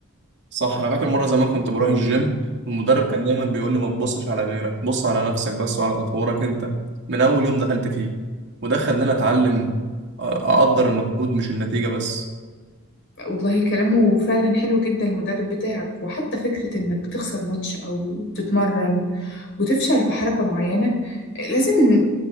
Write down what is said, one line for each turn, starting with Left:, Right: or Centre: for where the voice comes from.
Right: صح أنا فاكر مرة زمان كنت بروح الجيم والمدرب كان دايما بيقول لي ما تبصش على غيرك بص على نفسك بس وعلى تطورك أنت من أول يوم دخلت فيه وده خلاني أتعلم أ- أقدر
Left: أه
Right: المجهود مش النتيجة بس
Left: والله كلامه فعلا حلو جدا المدرب بتاعك وحتى فكرة انك تخسر ماتش او تتمرن وتفشل في حركة معينة لازم